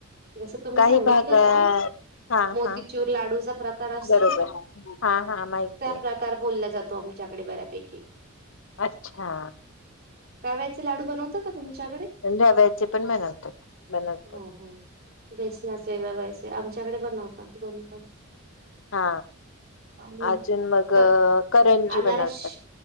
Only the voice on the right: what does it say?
जसं तुम्ही
सांगितलं
का
मोतीचूर
लाडूचा प्रकार असतो
ब का
त्या प्रकार बोलल्या जात. तो आमच्याकडे बऱ्यापैकी
गव्याचे लाडू बनवत का तुमच्याकडे
हो हो बेसनाचे लवायचे आमच्याकडे बनवतात दोन पण
हम्म.
क
अनारस